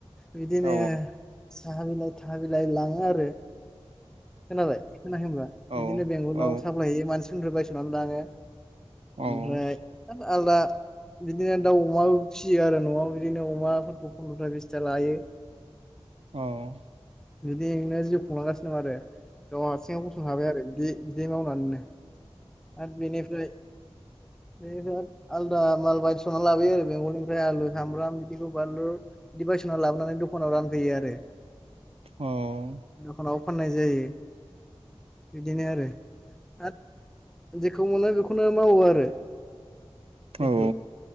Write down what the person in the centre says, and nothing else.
बिदिनो
साहाबिलाय थाहाबिलाय लाङो आरो खोनाबाय होनाखै होनबा
बिदिनो बेंगलाव
साप्लाय होयो मानसि बायसनानै लाङो
ओमफ्राय आलदा बिदिनो दाउ अमाबो फिसियो आरो न'आव बिदिनो अमाफोरखौ फन्द्रथा बिसथा लायो
बिदिनो जिउ खुंलांगासिनो दं आरो गाव हारसिङाव गसंनो हाबाय आरो बिदि बिदि मावनानै आरो बेनिफ्राय
बे आलदा माल बायस'ना लाबोयो आरो बेंगलनिफ्राय आलु, सामब्राम बिदिखौ बानलु। बायस'ना लाबोनानै दखानाव रानफैयो आरो।
दखानाव फाननाय जायो बिदिनो आरो <unintelligible> जेखौ मोनो बेखौनो मावो आरो। जेखौ